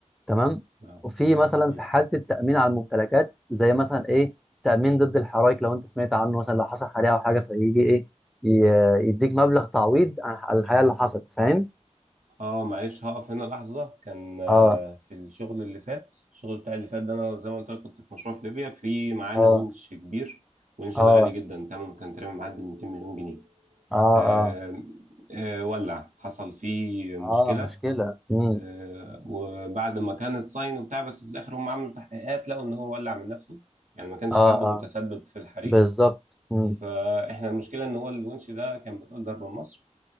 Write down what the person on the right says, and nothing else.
اه
م.
اه معلش هقف هنا لحظة كان آه،
في الشغل اللي فات الشغل بتاع اللي فات ده انا زي ما قلت لك كنت في مشروع في ليبيا في معانا
ونش كبير ونش
ده غالي جدا تمنه كان تقريبا معدي ال 200 مليون جنيه
آه
آه ولع حصل فيه مشكلة
آه، وبعد ما كانت صاين وبتاع بس في الاخر هم عملوا تحقيقات لقوا ان هو ولع من نفسه يعني ما كانش
حد متسبب
في الحريق
فاحنا المشكله ان هو الونش ده كان متاجر من مصر